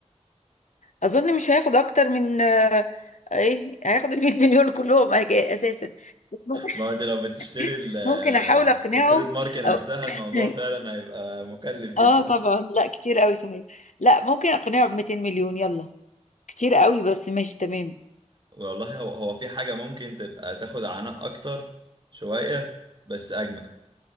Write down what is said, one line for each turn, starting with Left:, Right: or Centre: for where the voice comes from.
Left: اظن مش هياخد اكتر من آه، ايه هياخد ال 100 مليون كلهم أك- اساسا <laughs>
Right: ما هو انت لو بتشتري ال- آه،
Left: ممكن احاول اقنعه
Right: التريد مارك نفسها
Left: أو... <laughs>
Right: الموضوع فعلا هيبقى مكلف جدا
Left: اه طبعا لا كتير قوي صحيح لا ممكن اقنعه ب 200 مليون يلا كتير قوي بس ماشي تمام
Right: والله هو هو في حاجة ممكن تبقى تاخد عناء أكتر شوية بس أجمل